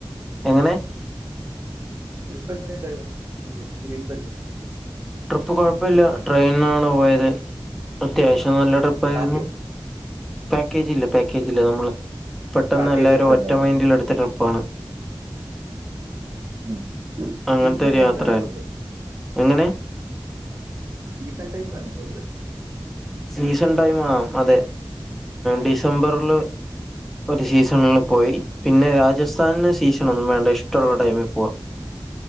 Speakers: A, in the centre; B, on the right (about 35°).
A: എങ്ങനെ
B: ട്രിപ്പ് എങ്ങനെ ഉണ്ടായിരുന്നു ഈ എക്സ്പീരിയൻസ് അല്ലേ
A: ട്രിപ്പ് കുഴപ്പില്ല ട്രെയിനിാണ് പോയത് അത്യാവശ്യം നല്ല ട്രിപ്പ് ആായിരുന്നു
B: പാക്കേജ്
A: പാക്കേജ്‌ ഇല്ല പാക്കേജ്‌ ഇല്ല നമ്മള് പെട്ടെന്ന്
B: പാക്കേജ്
A: എല്ലാരും
B: എടുത്തിണ്ടല്ലേ
A: ഒറ്റ മൈൻറിൽ എടുത്ത ട്രിപ്പാണ്
B: ഉ
A: അങ്ങനത്തെ
B: സീസൺ
A: ഒരു
B: ടൈമിലാണോ
A: യാത്രയാണ്
B: പോയത്
A: എങ്ങനെ
B: സീസൻ ടൈമിലാണ് പോയ ത്
A: സീസൺ ടൈം ആ അതെ ഡിസംബറിില് ഒരു സീസണില് പോയി പിന്നെ രാജസ്ഥാനന് സീസൺ ഒന്നും വേണ്ട ഇഷ്ടമുള്ള ടൈമിൽ പോവാ